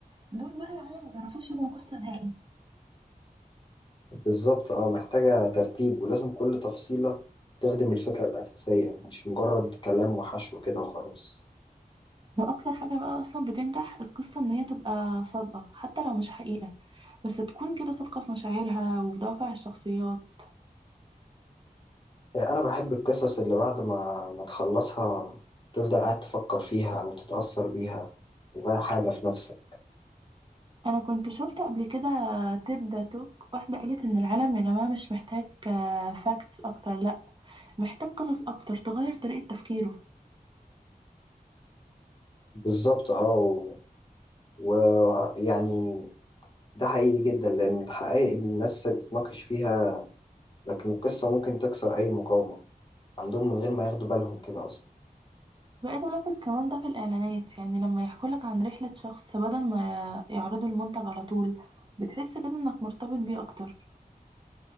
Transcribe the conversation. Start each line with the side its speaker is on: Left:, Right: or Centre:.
Right: دول بقى هما ما بيعرفوش يبنوا قصه نهائي
Left: بالظبط اه محتاجة ترتيب ولازم كل تفصيلة تخدم الفكرة الأساسية مش مجرد كلام وحشو كده وخلاص
Right: واكتر حاجه بقى اصلا بتنجح القصه ان هي تبقى صادقه حتى لو مش حقيقه بس تكون كده صادقه في مشاعرها وفي دوافع الشخصيات
Left: انا بحب القصص اللي بعد ما ما تخلصها تفضل قاعد تفكر فيها او تتأثر بيها تغير حاجة في نفسك
Right: انا كنت شفت قبل كده تيد توك واحده قالت ان العالم يا جماعه مش محتاج فاكتس اكتر لا محتاج قصص اكتر تغير طريقه تفكيره
Left: بالظبط اه و- ويعني ده حقيقي جدا لان الحقائق اللي الناس بتناقش فيها لكن القصة ممكن تكسر اي مقاومة عندهم من غير ما ياخدوا بالهم كده اصلا
Right: بقيت ألاحظ كمان ده في الإعلانات يعني لما يحكوا لك عن رحلة شخص بدل ما يعرضوا المنتج على طول بتحس كده إنك مرتبط بيه أكتر